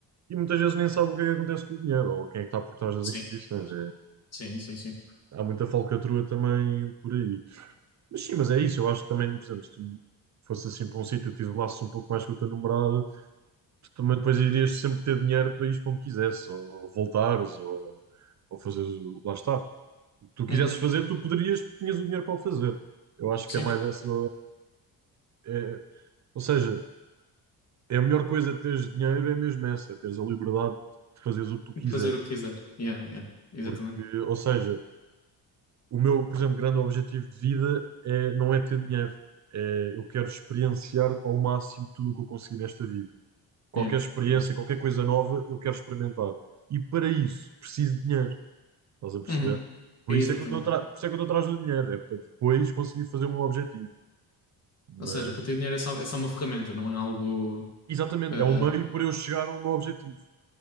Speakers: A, on the right; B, on the left.
A: e muitas vezes nem sabe o que é que acontece com o dinheiro ou quem é que está por trás das
B: Sim,
A: instituições. É,
B: sim, sim, sim.
A: há muita falcatrua também por aí. Mas sim, mas é isso, eu acho que também, por exemplo, se tu fosse assim para um sítio, e te isolasses um pouco mais com o teu namorado, tu também depois irias sempre ter dinheiro para ir para onde quisesse, ou voltares, ou, ou fazeres, o- lá está. tu quisesses
B: Uhum.
A: fazer, tu poderias, porque tinhas o dinheiro para o fazer. Eu acho
B: Sim,
A: que é mais essa. é- ou seja, é a melhor coisa de teres dinheiro, é mesmo essa, é teres a liberdade de fazeres o que tu quiseres.
B: fazer o que quiser. Yeah, yeah, exatamente.
A: Porque, ou seja, o meu, por exemplo, grande objetivo de vida é, não é ter dinheiro. É, eu quero experienciar ao máximo tudo o que eu conseguir nesta vida. Qualquer
B: Yeah,
A: experiência,
B: yeah.
A: qualquer coisa nova, eu quero experimentar. E para isso, preciso de dinheiro. Estás a perceber?
B: Uhum.
A: Por
B: Exatamente.
A: isso é que eu estou atra- por isso é que eu estou atrás do dinheiro. É para depois conseguir fazer o meu objetivo. Mas
B: Ou seja, para ter o dinheiro é só, é só uma ferramenta, não é algo.
A: Exatamente,
B: eh,
A: é um meio para eu chegar ao meu objetivo.